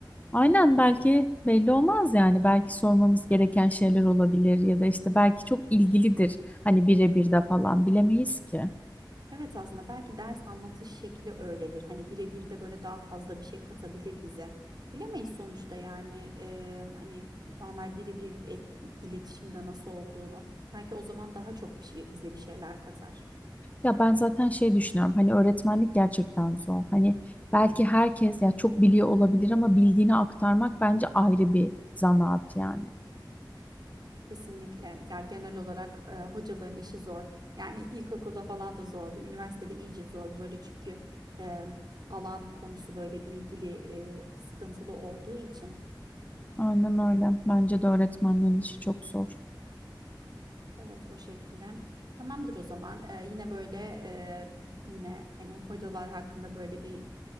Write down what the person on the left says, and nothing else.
Aynen belki belli olmaz yani. Belki sormamız gereken şeyler olabilir ya da işte belki çok ilgilidir. Hani birebir de falan bilemeyiz ki.
Ya ben zaten şey düşünüyorum hani öğretmenlik gerçekten zor. Hani belki herkes ya çok biliyor olabilir ama bildiğini aktarmak bence ayrı bir zanaat yani.
Aynen öyle. Bence de öğretmenlerin işi çok zor.